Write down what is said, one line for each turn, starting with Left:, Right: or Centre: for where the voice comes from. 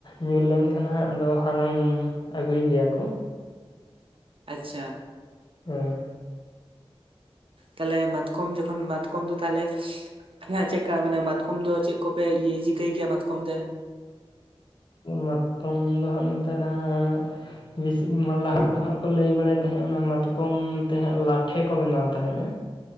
Left: ᱧᱩᱨ ᱞᱮᱱᱠᱷᱟᱱ ᱦᱟᱸᱜ ᱟᱫᱚ ᱦᱟᱞᱟᱝ ᱟᱹᱜᱩᱭ ᱜᱮᱭᱟ ᱠᱚ
Right: ᱟᱪᱪᱷᱟ
Left: ᱦᱮᱸ
Right: ᱛᱟᱦᱚᱞᱮ ᱢᱟᱛᱠᱚᱢ ᱡᱚᱠᱷᱚᱱ ᱢᱟᱛᱠᱚᱢ ᱫᱚ ᱛᱟᱦᱚᱞᱮ ᱦᱮᱸ ᱪᱮᱫᱠᱟ ᱢᱟᱱᱮ ᱢᱟᱛᱠᱚᱢ ᱫᱚ ᱪᱮᱫ ᱠᱚᱯᱮ ᱤᱭᱟᱹ ᱪᱤᱠᱟᱹᱭ ᱜᱮᱭᱟ ᱢᱟᱛᱠᱚᱢ ᱛᱮ
Left: ᱢᱟᱛᱠᱚᱢ ᱫᱚ ᱦᱟᱸᱜ ᱱᱮᱛᱟᱨ ᱦᱟᱸᱜ ᱵᱤᱥᱤ ᱞᱟᱦᱟ ᱫᱚ ᱦᱟᱸᱜ ᱠᱚ ᱞᱟᱹᱭ ᱵᱟᱲᱟᱭ ᱛᱟᱦᱮᱸᱫ ᱚᱱᱟ ᱢᱟᱛᱠᱚᱢ ᱛᱮᱦᱟᱸᱜ ᱞᱟᱴᱷᱮ ᱠᱚ ᱵᱮᱱᱟᱣ ᱛᱟᱦᱮᱸᱫ-ᱟ